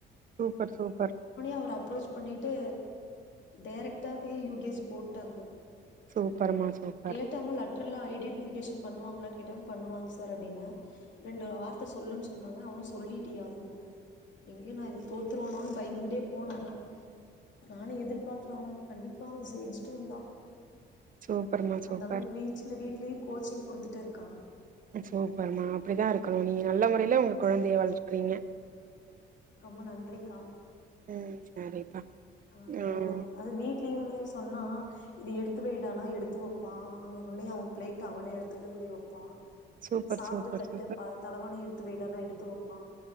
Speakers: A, on the right (about 45°); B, on the left (about 65°).
A: சூப்பர் சூப்பர்
B: அவ அப்ரோச் பண்ணிட்டு டைரக்டாவே யூகேஜி போட்டாங்க
A: சூப்பர்மா சூப்பர்
B: கேட்டாங்க லட்ரல ஐடின் வி அட்மிஷன் பண்ணுவங்களானு கேட்டாங்க பண்ணுவாங்க சார் அப்டின்னு ரெண்டு வார்த்த சொல்லு சொன்னாங்க அவ சொல்லிட்டங்க எங்க நா தோத்துறுவானோனு பயந்து டே போனோனா நானும் எதிர்பார்க்கலா ஆனா கண்டிப்பா அவன் செஞ்சுட்டு வந்தான்
A: சூப்பர்மா
B: அந்த
A: சூப்பர்
B: அளவுக்கு வீச்சல வீட்லயும் கோச்சிங் குடுத்துட்டேகா
A: சூப்பர்மா அப்படிதான் இருக்கணும் நீங்க நல்ல வீட்டிலேயே உங்க குழந்தைய வளக்கறீங்க
B: ரொம்ப நன்றிக்கா
A: உம் சரிப்பா
B: ஆஹ்
A: ம்
B: அது வீட்லயும் சொன்னா இதை எடுத்து வையிடானா எடுத்துவோம் வைப்பான் அங்க கொண்டேய் அவன்பிளேட்ட அவனே எடுத்துலே கொண்டு வைப்பான்
A: சூப்பர்
B: சாப்பிட்ட
A: சூப்பர்
B: தட்டு
A: சூப்பர்
B: ப தளவானி எடுத்து வைடானா எடுத்து தூடப்பான்